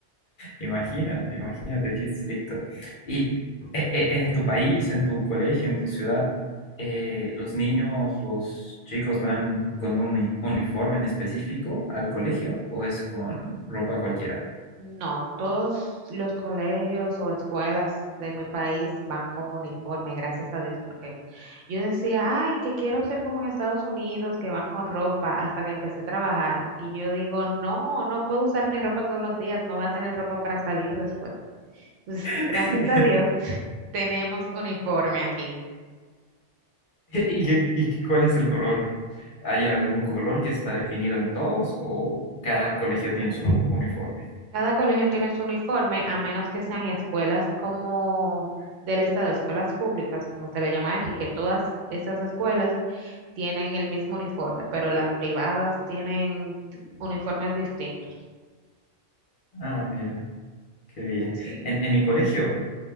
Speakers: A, on the left (about 50°); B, on the right (about 80°).
A: imagínate, imagínate qué estricto. Y eh, eh, en tu país, en tu colegio, en tu ciudad, eh, ¿los niños, los chicos van con un uni- uniforme en específico al colegio o es con ropa cualquiera?
B: No, todos los colegios o escuelas de mi país van con uniforme, gracias a Dios, porque yo decía, ay, que quiero ser como en Estados Unidos, que van con ropa, hasta que empecé a trabajar. Y yo digo, no, no puedo usar mi ropa todos los días, no voy a tener ropa para salir después. Entonces,
A: <laughs>
B: gracias a Dios, <laughs> tenemos uniforme aquí.
A: ¿Y, qué- y cuál es el color? ¿Hay algún color que está definido en todos o cada colegio tiene su uniforme?
B: Cada colegio tiene su uniforme, a menos que sean escuelas como del estado, escuelas públicas, como se le llama aquí, que todas esas escuelas tienen el mismo uniforme, pero las privadas tienen uniformes distintos.
A: Ah, mira, qué bien.
B: Sí.
A: En, en mi colegio...